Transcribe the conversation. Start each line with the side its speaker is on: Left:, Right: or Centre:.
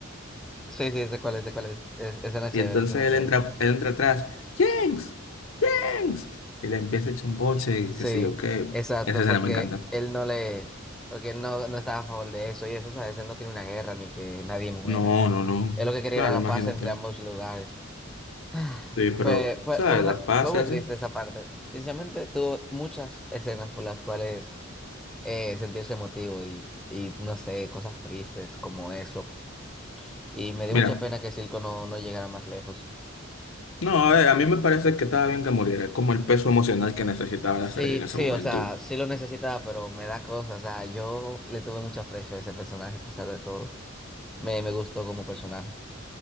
Centre: Sí, sí, sé cuál es, sé cuál es. Es, escena
Left: Y
Centre: chévere,
Left: entonces
Centre: escena
Left: él
Centre: chévere.
Left: entra, él entra atrás, Jinx, Jinx, y le empieza a echar un boche y
Centre: Sí,
Left: qué sé yo qué.
Centre: exacto,
Left: Esa escena
Centre: porque
Left: me encanta.
Centre: él no le, porque él no, no estaba a favor de eso y eso, ¿sabes? Él no quería una guerra ni que nadie muera.
Left: No, no, no.
Centre: Él lo que quería
Left: Claro,
Centre: era la
Left: imagínate.
Centre: paz entre ambos lugares. Ah,
Left: Sí, pero,
Centre: Fue, fue,
Left: ¿sabes?
Centre: fue una,
Left: La pasa
Centre: fue muy
Left: así.
Centre: triste esa parte. Sinceramente, tuvo muchas escenas por las cuales eh, sentirse emotivo y, y, no sé, cosas tristes como eso. Y me dio
Left: Mira,
Centre: mucha pena que Silco no, no llegara más lejos.
Left: no, a ver, a mí me parece que estaba bien que muriera. Es como el peso emocional que necesitaba
Centre: Sí,
Left: la serie en ese
Centre: sí,
Left: momento.
Centre: o sea, sí lo necesitaba, pero me da cosas. O sea, yo le tuve mucho aprecio a ese personaje a pesar de todo. Me, me gustó como personaje.